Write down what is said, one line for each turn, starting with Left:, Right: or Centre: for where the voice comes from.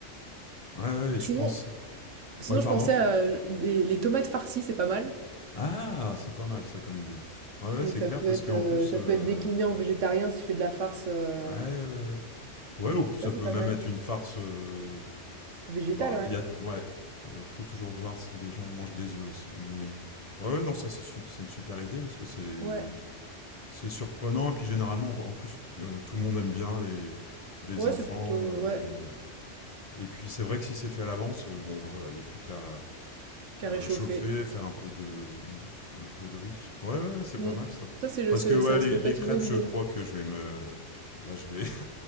Left: Ouais, ouais,
Right: Sinon
Left: je pense,
Right: sinon,
Left: ouais, pardon,
Right: je pensais
Left: tu,
Right: à euh, les les tomates farcies, c'est pas mal?
Left: ah, c'est pas mal ça comme idée. Ouais, ouais,
Right: Et
Left: c'est
Right: ça
Left: clair
Right: peut
Left: parce
Right: être,
Left: qu'en
Right: euh,
Left: plus,
Right: ça
Left: euh,
Right: peut être décliné en végétarien si tu fais de la farce. euh,
Left: ouais, ouais, ouais. Ouais, ou ça
Right: Ça, c'est
Left: peut
Right: pas
Left: même
Right: mal.
Left: être une farce. euh,
Right: Végétal,
Left: Bah,
Right: ouais.
Left: il y a, ouais, Ouais, faut toujours voir si les gens mangent des œufs aussi. Mais ouais, ouais, non, ça c'est su- c'est une super idée parce que c'est
Right: Ouais.
Left: c'est surprenant et puis généralement en en plus euh, tout le monde aime bien les les
Right: Ouais,
Left: enfants.
Right: c'est plutôt.
Left: euh,
Right: Ouais,
Left: et puis c'est vrai que si c'est fait à l'avance, euh, bon bah voilà, il n'y a plus qu'à
Right: carré
Left: à réchauffer,
Right: chauffé.
Left: faire un peu de un peu de riz. Ouais, ouais, ouais, c'est
Right: Mm.
Left: pas mal ça.
Right: Ça, c'est le,
Left: Parce
Right: c'est-
Left: que ouais,
Right: ça,
Left: les,
Right: ça
Left: les
Right: peut être
Left: crêpes,
Right: une bonne idée.
Left: je crois que je vais me là je vais